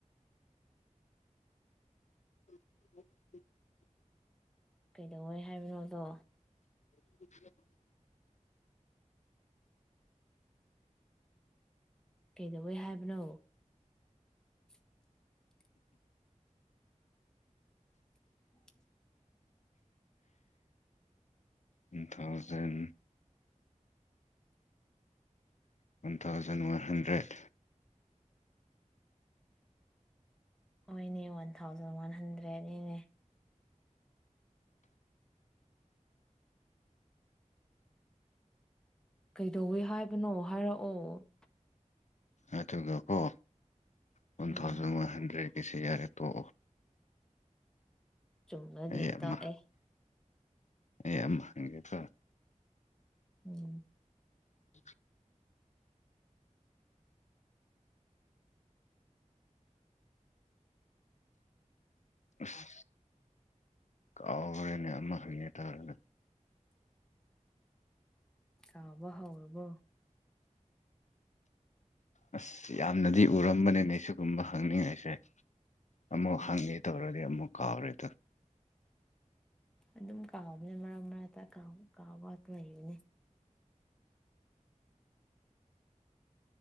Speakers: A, on the left (about 65°); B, in the centre.
A: <unintelligible>
B: ꯀꯩꯗꯧꯋꯦ ꯍꯥꯏꯕꯅꯣꯗꯣ
A: <inaudible>
B: ꯀꯩꯗꯧꯋꯦ ꯍꯥꯏꯕꯅꯣ <inaudible>
A: ꯎꯝ thousand one thousand one hundred
B: ꯍꯣꯢꯅꯦ ꯋꯥꯟ ꯊꯥꯎꯖꯟ ꯋꯥꯟ ꯍꯟꯗ꯭ꯔꯦꯠꯗꯅꯤꯅꯦ ꯀꯩꯗꯧꯋꯦ ꯍꯥꯏꯕꯅꯣ ꯍꯥꯏꯔꯛꯑꯣ
A: ꯑꯗꯨꯒꯀꯣ ꯋꯥꯟ
B: ꯎꯝ
A: ꯊꯥꯎꯖꯟ ꯋꯥꯟ ꯍꯟꯗ꯭ꯔꯦꯠꯀꯤꯁꯦ ꯌꯥꯔꯦ ꯇꯣꯛꯑꯣ
B: ꯆꯨꯝꯕꯒꯤ
A: ꯑꯩ ꯑꯃ
B: ꯇꯣꯛꯑꯦ
A: ꯑꯩ ꯑꯃ ꯍꯪꯒꯦꯀꯣ
B: ꯎꯝ
A: <inaudible> ꯑꯁ ꯀꯥꯎꯒ꯭ꯔꯦꯅꯦ ꯑꯃ ꯍꯪꯒꯦ ꯇꯧꯔꯒ
B: ꯀꯥꯎꯕ ꯍꯧꯔꯕꯣ
A: ꯑꯁ ꯌꯥꯝꯅꯗꯤ ꯎꯔꯝꯕꯅꯤꯅꯦ ꯁꯤꯒꯨꯝꯕ ꯍꯪꯅꯤꯡꯉꯁꯦ ꯑꯃꯨꯛ
B: ꯎꯝ
A: ꯍꯪꯉꯦ ꯇꯧꯔꯗꯤ ꯑꯃꯨꯛ ꯀꯥꯥꯎꯔꯦꯇꯣ
B: ꯑꯗꯨꯝ ꯀꯥꯎꯕꯅꯦ ꯃꯔꯛ ꯃꯔꯛ ꯀꯥꯎ ꯀꯥꯎꯕ ꯂꯩꯕꯅꯦ